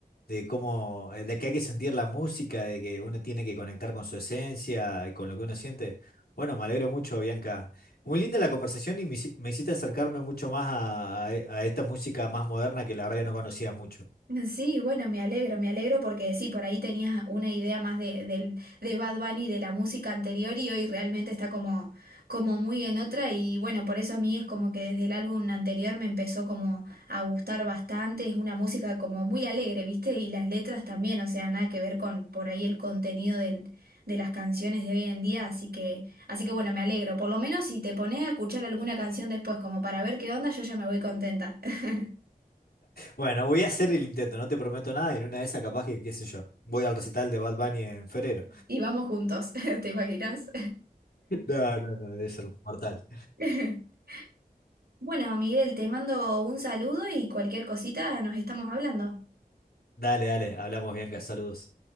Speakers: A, on the left; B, on the right.
A: de cómo, eh, de que hay que sentir la música, de que uno tiene que conectar con su esencia y con lo que uno siente. Bueno, me alegro mucho, Bianca. Muy linda la conversación y me, hici- me hiciste acercarme mucho más a, a- e, a esta música más moderna que la verdad que no conocía mucho.
B: Sí, bueno, me alegro, me alegro porque sí, por ahí tenías una idea más de, del- de Bad Bunny, de la música anterior y hoy realmente está como, como muy en otra y bueno, por eso a mí es como que desde el álbum anterior me empezó como a gustar bastante, es una música como muy alegre, ¿viste? Y las letras también, o sea, nada que ver con por ahí el contenido del- de las canciones de hoy en día, así que, así que bueno, me alegro, por lo menos si te pones a escuchar alguna canción después como para ver qué onda, yo ya me voy contenta <laughs>
A: Bueno, voy a hacer el intento, no te prometo nada, y en una de esas capaz que, qué sé yo, voy al recital de Bad Bunny en febrero.
B: y vamos juntos, <laughs> ¿te imaginas?
A: <laughs> No, no, no, debe ser mortal.
B: <laughs> Bueno, Miguel, te mando un saludo y cualquier cosita nos estamos hablando.
A: Dale, dale, hablamos, Bianca, saludos.